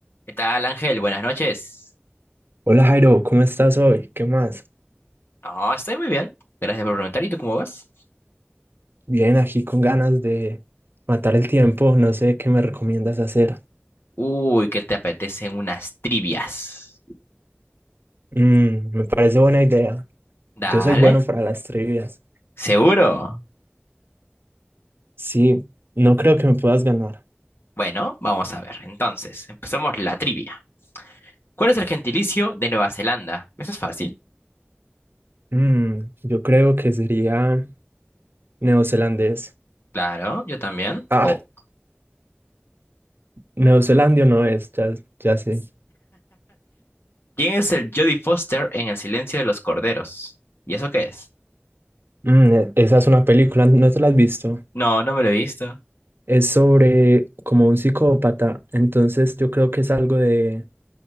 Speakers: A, on the left (about 70°); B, on the right (about 65°).
A: ¿Qué tal, Ángel? Buenas noches.
B: Hola Jairo, ¿cómo estás hoy? ¿Qué más?
A: No, estoy muy bien. Gracias por preguntar. ¿Y tú cómo vas?
B: Bien, aquí con ganas de matar el tiempo, no sé qué me recomiendas hacer.
A: Uy, ¿qué te apetecen unas trivias?
B: Mm, me parece buena idea.
A: Dale,
B: Yo soy bueno para las trivias.
A: seguro.
B: Sí, no creo que me puedas ganar.
A: Bueno, vamos a ver. Entonces, empezamos la trivia. ¿Cuál es el gentilicio de Nueva Zelanda? Eso es fácil.
B: Mm, yo creo que sería neozelandés.
A: Claro, yo también.
B: Ah,
A: Oh.
B: neozelandio no es, ya, ya sé.
A: ¿Quién es el Jodie Foster en El silencio de los corderos? ¿Y eso qué es?
B: Mm, e- esa es una película, ¿no te la has visto?
A: No, no me lo he visto.
B: Es sobre como un psicópata, entonces yo creo que es algo de